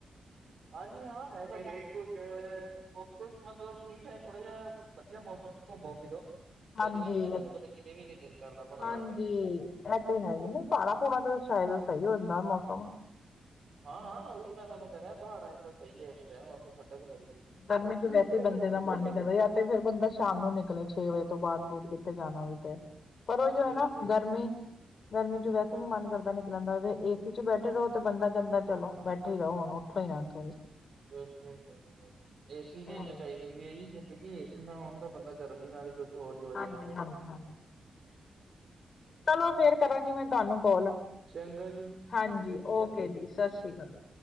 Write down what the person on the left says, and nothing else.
ਹਾਂਜੀ
ਹਾਂਜੀ
ਇਹ ਤੇ ਹੈ ਈ ਏ ਨਹੀਂ ਪਹਾੜਾ-ਪੁਹਾੜਾ ਤੇ ਸ਼ਾਇਦ ਸਹੀ ਹੋਦਾੰ ਮੌਸਮ।
ਗਰਮੀ ਚ ਵੈਸੇ ਹੀ ਬੰਦੇ ਦਾ ਮਨ ਨੀ ਕਰਦਾ ਜਾਂ ਤੇ ਫੇਿਰ ਬੰਦਾ ਸ਼ਾਮ ਨੂੰ ਨਿਕਲੇ ਛੇ ਵਜੇ ਤੋਂ ਬਾਅਦ ਦੂਰ ਕਿੱਥੇ ਜਾਨਾ ਵੀ ਤੇ। ਪਰ ਉਹ ਔ
ਹੈ ਨਾ ਗਰਮੀ
ਗਰਮੀ ਚ ਵੈਸੇ ਨੀ ਮਨ ਕਰਦਾ ਨਿਕਲਨਦਾ ਏਸੀ ਚ ਬੈਠੇ ਰਹੋ ਤੇ ਬੰਦਾ ਕਹਿਦਾ ਚਲੋ ਬੈਠੇ ਹੀ ਰਹੋ ਹੁਨ- ਕੋਈ ਨਾ ਕੋਈ
ਹਾਂਜੀ
ਹਾਂਜੀ ਹਾਂਜੀ ਚਲੋ ਫੇਿਰ ਕਰਾਂਗੀ ਮੈਂ ਤੁਹਾਨੂੰ ਕੋਲ
ਹਾਂਜੀ
ਓਕੇ
ਜੀ ਸਸਿ ਸ਼੍ਰੀ ਅਕਾਲ